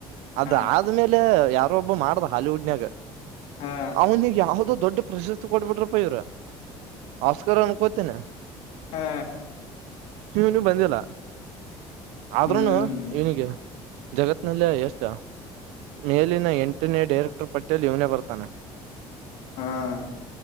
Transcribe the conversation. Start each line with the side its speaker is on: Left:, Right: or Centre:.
Right: ಅದ
Left: ಹಾ
Right: ಆದ್ಮೇಲೆ ಯಾರ ಒಬ್ಬ ಮಾಡ್ದ ಹಾಲಿವುಡ್ನಾಗ
Left: ಹಾ
Right: ಅವ ಯದು ದೊಡ್ಡ ಪ್ರಶಸ್ತಿ ಕೊಡ್ಬಿಟ್ರಪ್ಪ ಇವರು ಅವಸ್ಕರ ಅನ್ಕೋತೇನೆ
Left: ಹಾ
Right: ನೀ ನೀ ಬಂದಿಲ್ಲ ಆದ್ರೂನು
Left: ಹ್ಮ್
Right: ಇವನಿಗೆ ಜಗತ್ನಲ್ಲಿ ಎಷ್ಟ ಮೇಲಿನ ಎಂಟು ನೆಟ್ ಡೈರೆಕ್ಟರ್ ಪಟ್ಟಟೇಲ್ ಇವನ ಬತಾನ
Left: ಹಾ